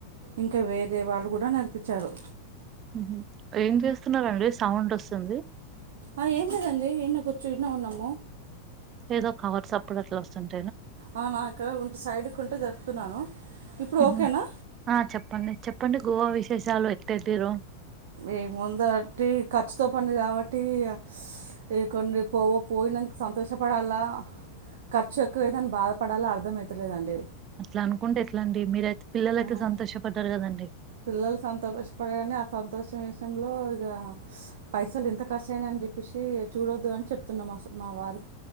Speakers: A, on the right (about 55°); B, on the right (about 30°).
A: ఇంకా వేరే వాళ్ళు కూడా నడిపించారు
B: ఉమ్ హు ఏం చేస్తున్నారండి సౌండ్ వస్తుంది
A: ఆ ఏం లేదండి ఈన్నే కూర్చు ఈన్నే ఉన్నాము
B: ఏదో కవర్ సప్పుడు అట్లా వస్తుంది
A: అవునా ఇక్కడ ఉ సైడ్కు ఉంటే జరుప్తున్నాను ఇప్పుడు
B: హుహు.
A: ఓకేనా
B: ఆ! చెప్పండి. చెప్పండి గోవా విశేషాలు ఎట్టెళ్ళిర్రు?
A: ఏ ముందటి ఖర్చుతో పని కావ ట్టి ఇగా కొన్ని పో పోయినందుకు సంతోషపడాలా ఖర్చు ఎక్కువ అయితాంది బాధపడాల అర్ధంమయితలేదండి
B: అట్లా అనుకుంటే ఎట్ల అండి మీరైతే పిల్లలైతే
A: ఆ.
B: సంతోషపడ్డారు కదండి
A: పిల్లలు సంతోషపడారని ఆ సంతోషం విషయంలో ఇగా పైసలు ఎంత ఖర్చు అయినాయని చూసి చూడొద్దు అని చెప్తున్నా మా సా మా వారి